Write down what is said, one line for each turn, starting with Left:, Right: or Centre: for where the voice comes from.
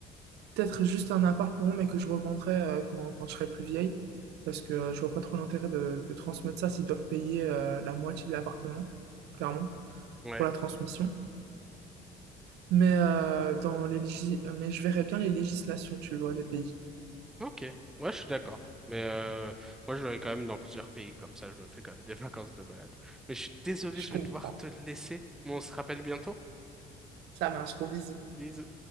Right: Peut-être juste un appartement, mais que je revendrai euh, quand, quand je serai plus vieille, parce que euh, je vois pas trop l'intérêt de, de transmettre ça s'ils doivent payer euh, la moitié de l'appartement, clairement,
Centre: Ouais.
Right: pour la transmission. Mais, euh, dans les légis- mais je verrais bien les législations, tu vois, des pays.
Centre: Ok. Ouais, je suis d'accord. Mais euh, moi, je vais quand même dans plusieurs pays, comme ça, je me fais quand même des <laughs> vacances de balade. Mais je suis désolé,
Right: Je
Centre: je
Right: comprends.
Centre: vais devoir te laisser. Mais on se rappelle bientôt.
Right: Ça marche, gros bisous.
Centre: Bisous.